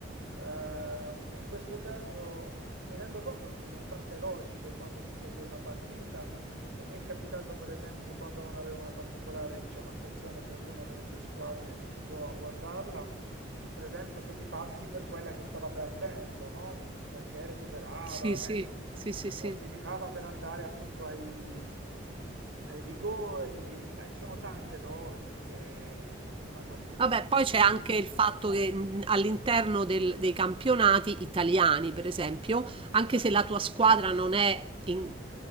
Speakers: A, on the right; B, on the right.
A: Ehm, in questo caso mi rendo conto che ci sono tante logiche quando si segue una partita, e mi è capitato per esempio quando non avevo una particolare, diciamo, attenzione per l'una delle due squadre e mi trovo a guardarla, per esempio che tifassi per quella che stava perdendo, no? Perché recuperava,
B: Sì, sì,
A: ecco,
B: sì, sì, sì.
A: o si tifava per andare appunto ai, ai rigori. Eh, ci sono tante logiche quando appunto
B: Vabbè,
A: non siamo
B: poi c'è
A: interessati.
B: anche il fatto che mh, all'interno del- dei campionati italiani, per esempio, anche se la tua squadra non è in-